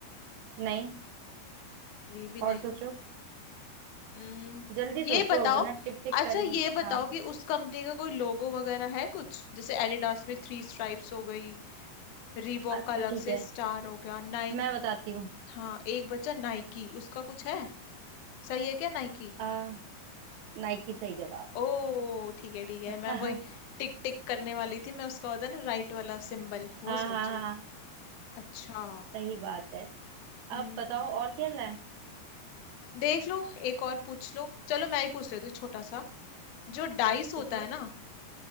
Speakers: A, on the right (about 85°); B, on the left (about 65°).
A: नहीं
B: ये भी
A: और
B: नहीं
A: सोचो
B: हम्म,
A: जल्दी
B: ये
A: सोचो
B: बताओ
A: वरना टिक टिक
B: अच्छा
A: करेंगे
B: ये बताओ
A: हाँ
B: कि उस कंपनी का कोई लोगो वगैरह है कुछ जैसे एडिडास में थ्री स्ट्राइप्स हो गई रीबॉक
A: अच्छा
B: का अलग
A: ठीक
B: से
A: है
B: स्टार हो गया नाइक
A: मैं बताती हूँ
B: हाँ एक बचा नाइकी उसका कुछ है सही है क्या नाइकी
A: आ नाइकी सही जवाब
B: ओ ठीक है ठीक है
A: <laughs>
B: मैं
A: हाँ
B: वही टिक टिक करने वाली थी मैं उसका होता है ना राइट वाला सिंबल वो
A: हाँ
B: सोच
A: हाँ
B: रही
A: हाँ
B: थी अच्छा
A: सही बात है
B: हम्म
A: अब बताओ और खेलना है
B: देख लो एक और पूछ लो चलो मैं ही पूछ लेती हूँ छोटा सा जो डाइस
A: पूछो
B: होता है ना